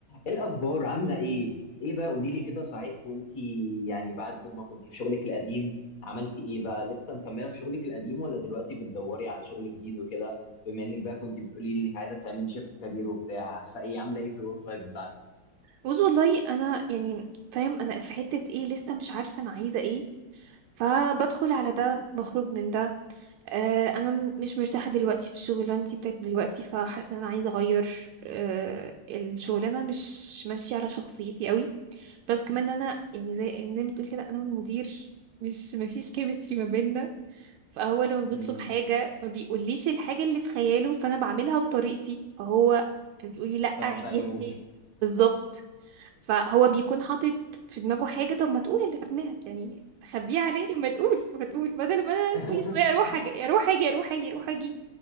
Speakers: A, on the left; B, on the right.
A: ايه الاخبار عامله ايه ايه بقى قولي لي كده صحيح وانتي يعني بعد ما كنتي في شغلك القديم عملتي ايه بقى لسه مكمله في شغلك القديم ولا دلوقتي بتدوري على شغل جديد وكده بما انك بقى كنتي بتقولي لي انك عايزه تعملي شيفت كارير وبتاع فايه عامله ايه في الورك لايف بتاعتك
B: بص والله انا يعني فاهم انا في حته ايه لسه مش عارفه انا عايزه ايه فبدخل على ده بخرج من ده آه انا م- مش مرتاحه دلوقتي في شغلانتي بتاعت دلوقتي فحاسه ان انا عايزه اغير آه الشغلانه مش ماشيه على شخصيتي قوي بس كمان انا يعني زي يعني زي ما تقول كده انا والمدير مش مفيش كيمستري ما بيننا فهو لما بيطلب
A: امم
B: حاجة ما بيقوليش الحاجة اللي في خياله فانا بعملها بطريقتي فهو بيقولي لا
A: فما
B: عيديها
A: بتعجبوش
B: تاني بالظبط فهو بيكون حاطط في دماغه حاجة طب ما تقول اللي في دماغك يعني خبيه عليا ما تقول ما تقول بدل ما انا
A: <laughs>
B: كل شوية اروح اجي اروح اجي اروح اجي اروح اجي